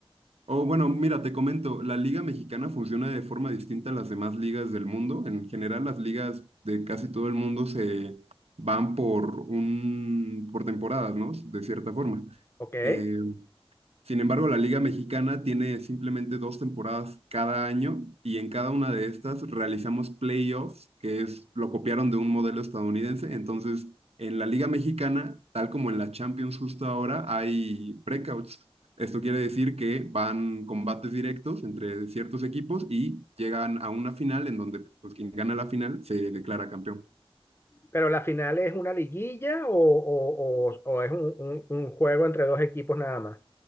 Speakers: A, on the right; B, on the left.
A: Oh, bueno, mira, te comento, la Liga Mexicana funciona de forma distinta a las demás ligas del mundo. En general, las ligas de casi todo el mundo se van por un, por temporadas, ¿no? De cierta forma.
B: ¿Ok?
A: Eh, sin embargo, la Liga Mexicana tiene simplemente dos temporadas cada año y en cada una de estas realizamos playoffs, que es lo copiaron de un modelo estadounidense. Entonces, en la Liga Mexicana, tal como en la Champions justo ahora, hay breakouts. Esto quiere decir que van combates directos entre ciertos equipos y llegan a una final en donde pues, quien gana la final se declara campeón.
B: ¿Pero la final es una liguilla o, o- o- o es un, un- un juego entre dos equipos nada más?